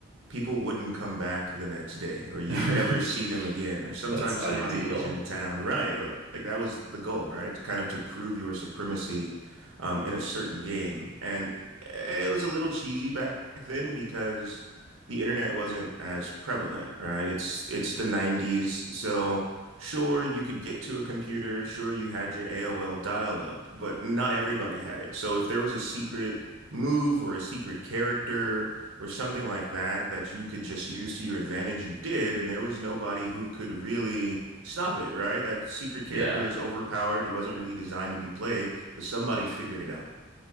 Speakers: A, on the right (about 70°); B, on the right (about 80°).
A: people wouldn't come back the next day or you'd
B: <laughs>
A: never see them again or sometimes
B: That's ideal.
A: somebody was in town right like, like that was the goal right kind of to prove your supremacy um, in a certain game and eh, it was a little cheesy back then because the internet wasn't as prevalent right it's it's the 90s so sure you could get to a computer sure you had your AOL dial-up but not everybody had it so if there was a secret move or a secret character or something like that that you could just use to your advantage, you did, and there was nobody who could really stop it, right? That secret character
B: Yeah.
A: is overpowered. He wasn't really designed to be played, but somebody figured it out.